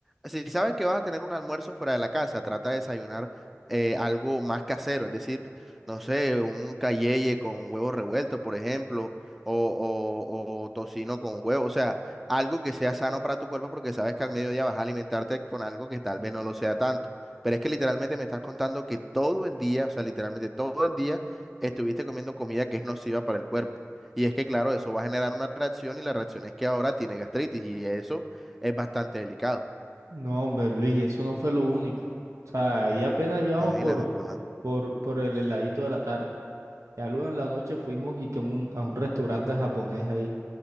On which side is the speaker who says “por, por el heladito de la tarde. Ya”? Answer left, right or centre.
Right